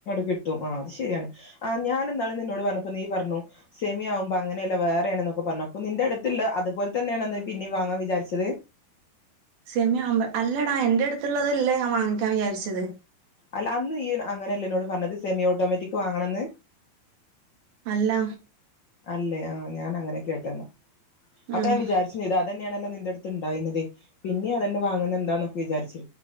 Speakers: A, on the left; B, on the right.
A: കിട്ടും ആ അത് ശരിയാണ് ആ ഞാഇന്നാള് നിന്നോട് പറഞ്ഞ നീ പറണൂ സെമിയാവുമ്പോങ്ങനെല്ല വേർ നെക്കെ പറഞ്ഞു അപ്പൊ നിന്റെ അടുത്ത അതുപോലെ തന്നെയാണ് പിന്നീ വാങ്ങാ വിചാരിച്ചത്
B: സെമി ആവുമ്പോ അല്ലടാ എന്റെറ അടുത്തുള്ളതല്ല ഞാൻ വാങ്ങിക്കാ വിചാരിച്ചത്
A: അല്ല അന്ന് ഈ അങ്ങനെയല്ലേ എന്നോട് പറഞ്ഞത് സെമി ഓട്ടോമാറ്റിക് വാങ്ങണന്ന്
B: അല്ല
A: അല്ലേ ആഹ് ഞാൻ അങ്ങനെ കേട്ടന്നാ അപ്പൊ
B: ആഹ്
A: ഞാൻ വിചാരിച്ചു ചെയ്തു അതന്നെയാണല്ലോ നി എടുത്തുണ്ടായിരുന്നത് പിന്നെ അതന്നെ വാങ്ങുന്നത് എന്താണോ വിചാരിച്ച്